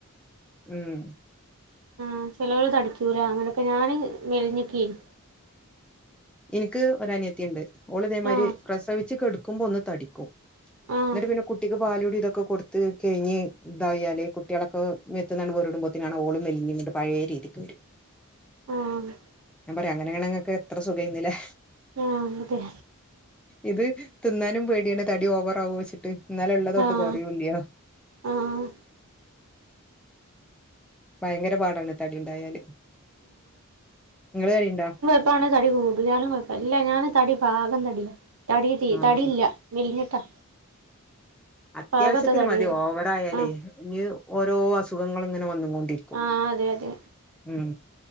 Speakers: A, in the centre; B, on the right.
A: ഉം
B: അഹ് ചെലോല് തടിച്ചൂല. അങ്ങനൊക്കെ ഞാന് മെലിഞ്ഞക്കേനി.
A: ഇൻക്ക് ഒരനിയത്തിണ്ട്. ഓള് ഇതേമാതിരി
B: ആഹ്
A: പ്രസവിച്ച് കെടക്കുമ്പോ ഒന്ന് തടിക്കും.
B: ആഹ്
A: ന്നിട്ട് പിന്നെ കുട്ടിക്ക് പാലൂടി ഇതൊക്കെ കൊട് ത് കഴിഞ്ഞ് തായാല് കുട്ടികളൊക്കെ മേത്ത്ന്നാണ്ട് വേറിടുമ്പോത്തിന് ആണ ഓള് മെലിഞ്ങ്ങണ്ട് പഴയ രീതിക്ക് വരും
B: ആഹ്
A: ഞാൻ പറയാ അങ്ങനെയെണങ്ങക്ക് എത്ര സുഖേന്നില്ലെ
B: ആ അതെ
A: ഇത് തിന്നാനും പേടിയാണ് തടി ഓവർ ആകോ ച്ചിട്ട് ഇന്നാല് ഉള്ളതൊട്ട്
B: ആഹ്
A: കൊറയൂല്ല
B: ആഹ്
A: ഭയങ്കര പാടാണ് തടിണ്ടായാല് ങ്ങള് തടിണ്ടാ?
B: ഇപ്പാണ് തടി കൂടിയാലും കുഴപ്പ ഇല്ല ഞാന് തടി പാകം തടിയാ തടി തീ
A: ആഹ്
B: തടിയില്ല മെലിഞ്ഞിട്ടാ
A: അത്യാവശ്യത്തിന്
B: പാകത്തെ തടിയൊള്ളു
A: മതി ഓവറായാലേ
B: ആഹ്
A: ഇനി ഓരോ അസുഖങ്ങള് ഇങ്ങനെ വന്ന് കൊണ്ടിരിക്കും
B: ആ അതെ അതെ
A: ഉം